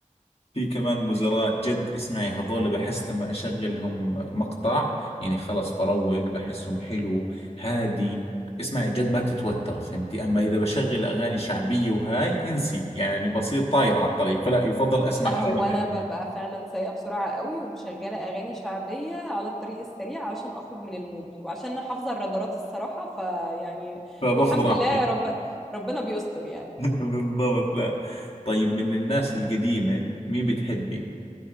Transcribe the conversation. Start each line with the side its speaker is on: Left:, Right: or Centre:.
Left: في كمان مزارات جد اسمعي هذول بحس لما اشغلهم مقطع يعني خلص بروق بحسهم حلو هادي اسمعي جد ما بتتوتر فهمتي اما اذا بشغل اغاني شعبية وهاي انسي يعني بصير طاير على الطريق فلا يفضل اسمع
Centre: ما
Left: اغاني
Centre: هو انا
Left: هاي
Centre: ببقى فعلا سايقه بسرعه قوي ومشغله اغاني شعبيه على الطريق السريع عشان اخرج من المود وعشان انا حافظه الرادارات الصراحه فيعني
Left: فباخذ
Centre: الحمد
Left: راحتي
Centre: لله يا رب ربنا بيستر يعني
Left: <laughs> بالضبط لا طيب من الناس القديمة مين بتحبي